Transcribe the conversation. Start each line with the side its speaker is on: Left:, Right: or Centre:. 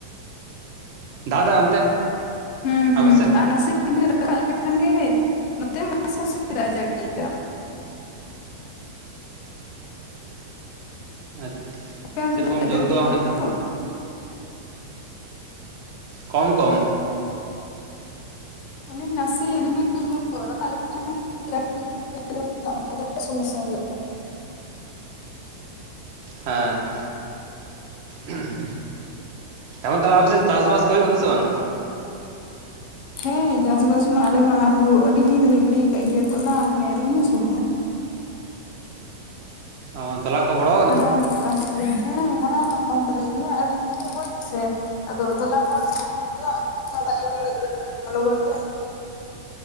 Right: ᱫᱟᱜ ᱫᱟ ᱚᱱᱛᱮ?
Left: ᱦᱩᱸ ᱦᱩᱸ
Right: ᱟᱯᱮ ᱥᱮᱫ
Left: ᱟᱨ ᱱᱟᱥᱮ ᱨᱤᱢᱤᱞ ᱨᱟᱠᱟᱵ ᱞᱮᱠᱷᱟᱱ ᱜᱮ ᱱᱚᱛᱮ ᱦᱚᱸ ᱱᱟᱥᱮ ᱱᱟᱥᱮ ᱫᱟᱜ ᱮ ᱡᱟᱹᱲᱤ ᱮᱫᱟ᱾
Right: ᱟᱪᱷᱟ
Left: ᱟᱯᱮ ᱚᱱᱛᱮ
Right: ᱥᱮᱨᱚᱠᱚᱢ
Left: ᱫᱟᱜ
Right: ᱡᱳᱨ
Left: ᱡᱟᱹᱲᱤᱭᱮᱫ
Right: ᱫᱚ
Left: ᱜᱮᱭᱟ
Right: ᱵᱟᱝ ᱦᱮᱡ ᱠᱟᱱᱟ᱾
Left: ᱛᱚ?
Right: ᱠᱚᱢ - ᱠᱚᱢ
Left: ᱚᱱᱮ ᱱᱟᱥᱮ ᱨᱤᱨᱢᱤᱞ ᱠᱚ ᱨᱟᱠᱟᱵ ᱞᱮᱠᱷᱟᱱ <unintelligible> <unintelligible> ᱥᱚᱢᱚᱥᱟ ᱦᱳᱭᱳᱜ ᱠᱟᱱᱟ᱾
Right: ᱦᱮᱸ ᱩᱦᱩ ᱮᱠᱷᱚᱱ ᱛᱟᱦᱚᱞᱮ ᱟᱯᱟᱮᱥᱮᱫ ᱪᱟᱥᱵᱟᱥ ᱠᱚ ᱦᱩᱭᱩᱜ ᱠᱟᱱᱟ ᱥᱮ ᱵᱟᱝ?
Left: ᱦᱮᱸ ᱪᱟᱥ ᱵᱟᱥ ᱢᱟ ᱟᱞᱮ ᱢᱟ ᱦᱩᱲᱩ ᱟᱰᱤ ᱫᱤᱱ ᱨᱮᱞᱮ ᱜᱤᱲ ᱟᱠᱟᱫ ᱜᱮᱭᱟ ᱛᱚᱞᱟ ᱦᱟᱱᱮ ᱨᱩᱱᱦᱤ ᱥᱚᱢᱚᱭ᱾
Right: ᱚᱛ ᱛᱚᱞᱟᱠᱚ ᱵᱚᱲᱚ ᱟᱠᱟᱱᱟ
Left: ᱦᱟᱨᱟ ᱧᱚᱜ ᱠᱟᱱ ᱛᱟᱞᱮᱭᱟ᱾ ᱦᱮᱸ ᱦᱟᱨᱟ ᱧᱚᱜ ᱠᱟᱱ ᱛᱟᱞᱮ ᱜᱮᱭᱟ ᱟᱹᱰᱤ ᱫᱤᱱ ᱨᱮ ᱦᱩᱭ ᱱᱟᱥᱮ᱾ ᱟᱫᱚ ᱛᱚᱞᱟ ᱠᱚ ᱦᱚ ᱠᱟᱱ ᱜᱮᱭᱟ ᱚᱝᱠᱟ ᱫᱟᱜ ᱮ ᱡᱟᱹᱲᱤᱤᱫᱤ ᱞᱮᱠᱷᱟᱱ ᱦᱚᱸ ᱞᱚᱜᱚᱱ ᱜᱮᱭᱟ᱾